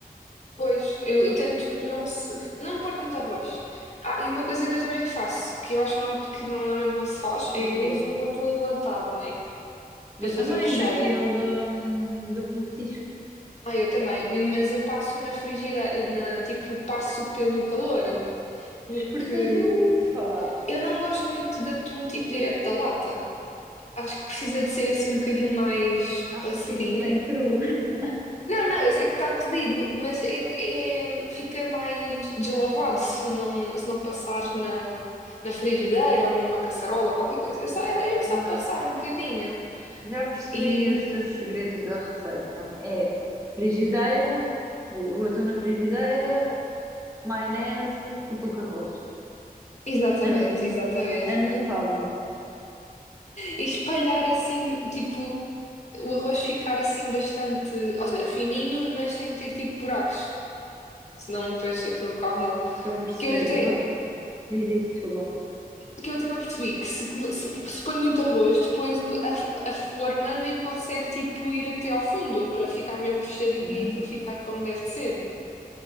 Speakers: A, on the left; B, on the right.
A: Pois, eu, eu tento não, se- não pôr tanto arroz. Ah, e uma coisa que eu também faço, que eu acho não, que não- normalmente não se faz, é
B: Do
A: eu
B: quê?
A: uso o atum enlatado, né?
B: Eu
A: Para fazer
B: também,
A: o recheio.
B: daquele, hum, do bom petisco.
A: Ah, eu também. Mas eu passo na frigideira, na, tipo, passo pelo calor. Porque
B: Espertalhufa!
A: eu não gosto muito de atum, tipo, direto da lata. Acho que precisa de ser assim um bocadinho mais
B: Achas
A: passadinho.
B: que aquilo vem cru? <laughs>
A: Não, não, eu sei que está cozido, mas é- é- fica mais deslavado se não, se não passares na, na frigideira ou numa caçarola, qualquer coisa. É só,
B: Ok.
A: é, é mesmo só
B: Já,
A: passar um bocadinho.
B: Já percebi
A: E,
B: os teus segredos da receita. É frigideira, o o atum na frigideira, maionese e pouco arroz.
A: exatamente,
B: Ano-
A: exatamente.
B: Anotado.
A: E espalhar assim, tipo, o arroz ficar assim bastante, ou seja, fininho, mas sem ter tipo buracos. Senão depois aquilo corre mal.
B: Estou a perceber.
A: Que eu até,
B: Vou- Diz isso, desculpa.
A: que eu até me apercebi que se, come- se, se põe muito arroz, depois a, f- a forma nem consegue tipo ir até ao fundo para ficar mesmo fechadinha
B: Uhum.
A: e aquilo ficar como deve de ser.